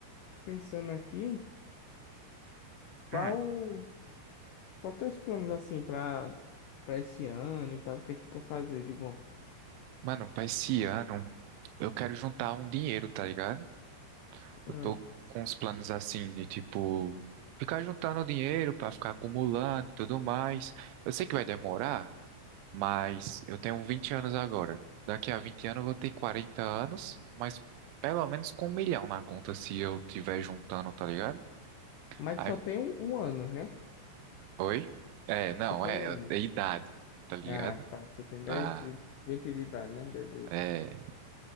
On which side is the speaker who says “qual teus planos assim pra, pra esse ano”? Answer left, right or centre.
Left